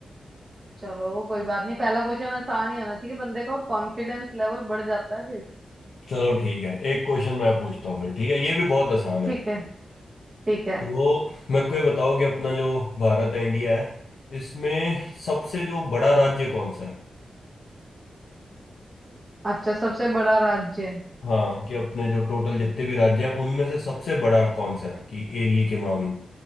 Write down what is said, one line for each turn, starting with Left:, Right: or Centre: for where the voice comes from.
Right: चलो कोई बात नहीं पहला क्वेश्चन आसान ही होना चाहिए बंदे का कॉन्फिडेंस लेवल बढ़ जाता है फिर
Left: चलो ठीक है एक क्वेश्चन मैं पूछता हूँ फिर ठीक है ये भी बहुत आसान है
Right: ठीक है ठीक है
Left: तो मेरे को ये बताओ कि अपना जो भारत है इंडिया है इसमें सबसे जो बड़ा राज्य कौन सा है
Right: अच्छा सबसे बड़ा राज्य
Left: हाँ कि अपने जो टोटल जितने भी राज्य हैं उनमें से सबसे बड़ा कौन सा है कि एरिया के मामले